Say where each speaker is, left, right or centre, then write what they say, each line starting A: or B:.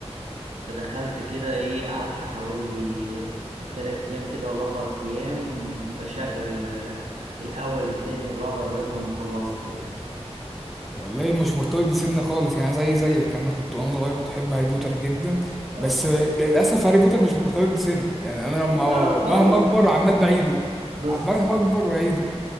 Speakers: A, on the right (about 85°); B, in the centre.
A: فدخلت كده إيه قعدت حوالي تلات أيام كده ولا أربع أيام بشغل آه، الأول التاني الرابع لغاية لما خلصته يعني
B: والله مش مرتبط بسن خالص يعني زي زيك انا كنت وانا صغير كنت احب هاري بوتر جدا
A: اه
B: بس للاسف هاري بوتر مش مرتبط بسن يعني انا لما
A: لا لا لا
B: مهما
A: خالص
B: اكبر عمال بعيده
A: بالظبط
B: مهما اكبر بعيده